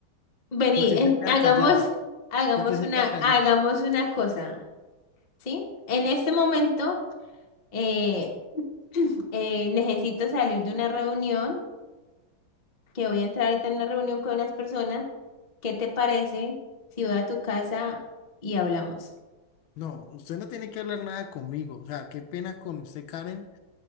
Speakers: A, on the left; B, on the left.
A: Vení,
B: porque
A: en-
B: se queda
A: hagamos,
B: callada,
A: hagamos
B: porque se
A: una,
B: queda callada.
A: hagamos una cosa, ¿sí? En este momento. eh, <clears throat> eh, necesito salir de una reunión, que voy a entrar ahorita en una reunión con unas personas. ¿Qué te parece si voy a tu casa y hablamos?
B: No, usted no tiene que hablar nada conmigo. O sea, qué pena con usted, Karen.